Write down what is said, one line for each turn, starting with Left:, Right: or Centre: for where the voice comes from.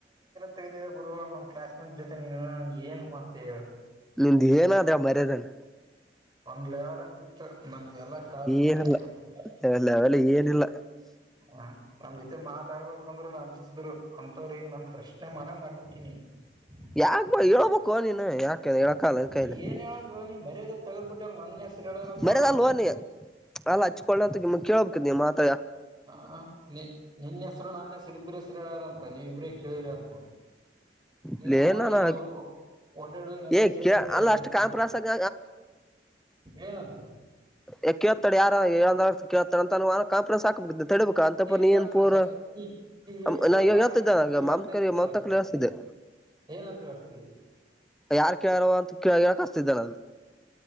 Right: ತಗದಿದೆ ಬ್ರೂ ನಮ್ ಕ್ಲಾಸ್ ಮೇಟ್ ಜೊತೆ ನೀನು ಏನ್ ಮಾಡ್ತೀಯ ಹೇಳು
Centre: ನಿಂದ ಏನಾದೆ ಮರ್ಯದನ
Right: ಒಂದ್ ಲೆವೆಲ್ ಅಂತ ಇತ್ತು ನಮ್ದು ಎಲ್ಲ ಕಳೆದುಬಿಟ್ಟೆ
Centre: ಏನಲ್ಲ
Right: ಏನಿಲ್ಲ
Centre: ಇಲ್ಲ ಅವೆಲ್ಲ ಏನಿಲ್ಲ
Right: ಹ ನಮ್ ಜೊತೆ ಮಾತಾಡ್ಬೇಕಂದ್ರು ಅಜ್ಜಿತಿದ್ರು ಅಂಂತವ್ರ ಈಗ ನಮ್ ಪ್ರಶ್ನೆ ಮಾಡಂಗ ಮಾಡ್ಬಿಟ್ಟನಿ ಹ್ಮ
Centre: ಯಾಕ್ ಹೇಳಳ್ಬೇಕು ನೀನ್ ಯಾಕ ಹೇಳಕ್ಕೆ ಆಗಲ್ಲ ನಿನ್ನ ಕೈಯಲ್ಲಿ
Right: ಈ ಏನ್ ಹೇಳಂದ್ ನೀನ್ ಮರ್ಯಾದೆಲ್ ತಗದ್ಬಿಟ್ಟಲ್ ನನ್ನ ಹೆಸರು ಹೇಳಾರಂತವ್ರು
Centre: ನಿನ್ ಅಲ್ಲ ಹಚ್ಕೊಳ್ಳೋ ಅಂತ ನಿಮ್ ಕೇಳಳ್ಬೇಕ ನೀ ಮತ್
Right: ಹ ನಿ ನಿನ್ನ ಹೆಸರು ನನ್ನ ಹೆಸರು ಇಬ್ಬರು ಹೇಳರಂತ ನೀವ ಇಬ್ರೇ ಕೇಳಿರಂತ ನೀ
Centre: ಇಲ್ಲೇನಾನ
Right: ಹೋಗಿ ಓಡಾಡಿ ಹೋಗಿ ನನ್ನೆ
Centre: ಏ
Right: ಹೆಸರು
Centre: ಕೇ
Right: ಹೇಳಿಬಿಟ್ಟಿಯ
Centre: ಅಲ್ಲ
Right: ಅವ್ರ್
Centre: ಅಷ್ಟು
Right: ಮುಂದೆ
Centre: ಕಾನ್ಫರೆನ್ಸ್
Right: ಹೋಗಿ
Centre: ಆಗಿ
Right: ಏನಂತ
Centre: ಯ ಕೇಳ್ತಾರೆ ಯಾರ ಹೇಳಿದವರು ಕೇಳ್ತಾರೆ ಅಂತ ಕಂಪ್ರೆನ್ಸ್ ಹಾಕ್ಬ ಬಿಟ್ಟಿದ್ದೆ ತಡಿಬೇಕು ಅಂತ ಪರೀ
Right: ಏನ್
Centre: ನೀನ್
Right: ಕಾನ್ಫಿಡೆನ್ಸ್
Centre: ಪೂರ
Right: ಆಗ್ತಿ ನೀ ನೀ ಹೇಳಿದಲ್ಲಪ್ಪಾ
Centre: ನಾನ್ ನಾನ್ ಹೇಳ್ತಿದೆ
Right: ನೀ ನೀ ಹೇಳ್ತಂಗಿದ್ದಲ್ಲ
Centre: ಮಾಮ ಮಾಮತ ಕೈಯಲ್ಲಿ ಹೇಳಿಸ್ತಿದ್ದೆ
Right: ಏನಂತ ಹೇಳ್ತಿದಿ
Centre: ಯಾರ್ ಕೇಳಾರವ ಅಂತ ಹೇಳಿಸಕಳಿಸ್ತಿದೆ ನಾನು